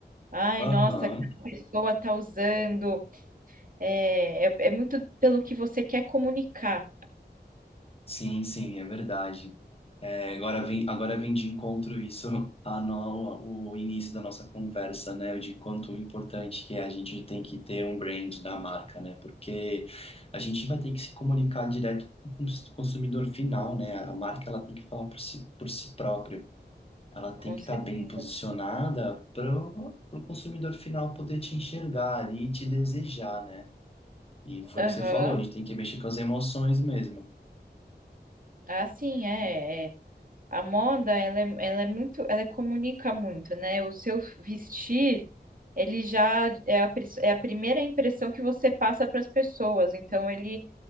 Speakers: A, on the right (about 50°); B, on the left (about 35°).
A: Ai,
B: Aham.
A: nossa, que pessoa está usando. É, é, é muito pelo que você quer comunicar.
B: Sim, sim, é verdade. É, agora vem, agora vem de encontro isso <laughs> a no, o início da nossa conversa, né? De quanto importante que é a gente tem que ter um brand da marca, né? Porque a gente vai ter que se comunicar direto com o consumidor final, né? A marca ela tem que falar por si, por si própria. Ela tem
A: Com
B: que
A: certeza.
B: estar bem posicionada para o consumidor final poder te enxergar ali e te desejar, né? E foi
A: Aham.
B: o que você falou, a gente tem que mexer com as emoções mesmo.
A: Ah, sim, é, é. A moda, ela é, ela é muito, ela comunica muito, né? O seu vestir, ele já é a, pres- é a primeira impressão que você passa para as pessoas. Então, ele